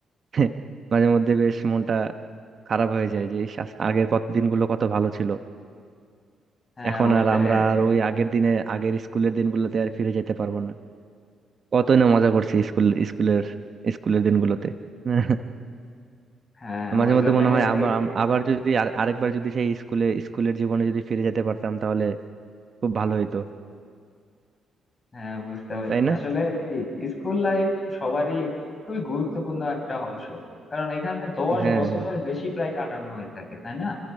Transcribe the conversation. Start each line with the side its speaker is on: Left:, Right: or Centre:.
Right: <laughs> মাঝে মধ্যে বেশ মনটা খারাপ হয়ে যায় যে ইস, আস- আগের কত দিনগুলো কত ভালো ছিল
Left: হ্যাঁ
Right: এখন
Left: ওইটাই
Right: আর আমরা
Left: আর
Right: আর
Left: কি
Right: ওই আগের দিনে আগের স্কুলের দিনগুলোতে আর ফিরে যেতে পারবো না কতই না মজা
Left: সেটাই
Right: করছি স্কুল স্কুলের স্কুলের দিনগুলোতে <laughs>
Left: হ্যাঁ
Right: মাঝে
Left: ওই
Right: মধ্যে
Left: জন্যই
Right: মনে হয়
Left: আর
Right: আবার
Left: কি
Right: আম- আবার যদি আর আরেকবার যদি সেই স্কুলে স্কুলের জীবনে যদি ফিরে যেতে পারতাম তাহলে খুব ভালো হইতো
Left: হ্যাঁ বুঝতে পারছি
Right: তাই না
Left: আসলে কি স্কুল লাইফ সবারই খুবই গুরুত্বপূর্ণ একটা অংশ কারণ এখানে দশ
Right: হ্যাঁ
Left: বছরের
Right: হ্যাঁ
Left: বেশি প্রায় কাটানো হয়ে থাকে তাই না